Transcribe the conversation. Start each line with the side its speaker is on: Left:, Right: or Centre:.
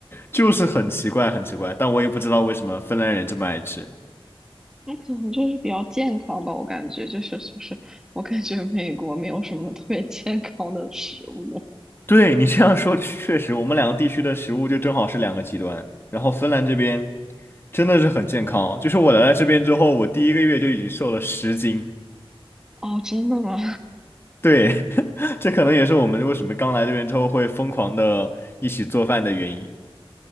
Left: 就是很奇怪，很奇怪。但我也不知道为什么芬兰人这么爱吃。
Centre: 那可能就是比较健康吧，我感觉就是就是，我感觉美国没有什么特别健康的食物。
Left: 对你这样说，确实，我们两个地区的食物就正好是两个极端。然后芬兰这边。真的是很健康哦就是我来了这边之后，我第一个月就已经瘦了十斤。
Centre: 哦，真的吗？
Left: 对，<laughs> 这可能也是我们为什么刚来这边之后会疯狂的一起做饭的原因。